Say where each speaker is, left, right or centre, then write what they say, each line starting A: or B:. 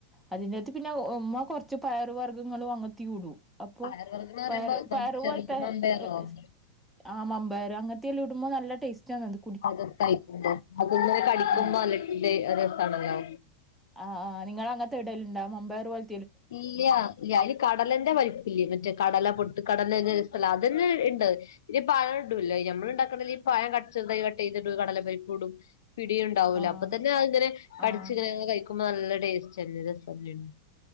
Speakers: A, in the centre; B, on the left.
A: അതിന്റകത്ത് പിന്നെ ഉമ്മ കൊറച്ച് പയറ് വർഗങ്ങള് അങ്ങത്തിയുടും അപ്പൊ
B: പയർ വർഗ്ഗന്ന് പറയുമ്പോ
A: പയറ് പയറു
B: ചെറിയ
A: പോലത്തെ
B: മമ്പയറോ
A: അ ആ മമ്പയർ അങ്ങനത്തെയെല്ലാം ഇടുമ്പോ നല്ല ടേസ്റ്റ് ആണത്.
B: അതൊക്കെആയിട്ടുണ്ടോ അത്ങ്ങനെ കടിക്കുമ്പോ
A: ആഹ്
B: നല്ല ടെ രസാണല്ലേ.
A: ആ ആ നിങ്ങളങ്ങനത്തെ ഇടലുണ്ടാ മമ്പയർപോൽ
B: ഇല്ല ഇല്ല അതിനു കടലെന്റെ വലുപ്പില്ലേ. മറ്റേ കടല പൊട്ടു കടല ത് ല്ല അതന്നെ ഇണ്ട്. ഇത് പഴം ഇടൂല്ലേ, നമ്മളുണ്ടാക്കണെല് ഈ പഴം കട്സ് ചെറുതായി കട്ട് ചെയ്തിടും കടല പരിപ്പിടും. പിടി ഉണ്ടാവൂലേ
A: ആഹ്
B: അപ്പൊ തന്നെ അ ഇങ്ങനെ കടിച്ചിങ്ങനെ
A: ആഹ്
B: കഴിക്കുമ്പോ നല്ല ടേസ്റ്റ് തന്നെ രസം തന്നെയാണ്.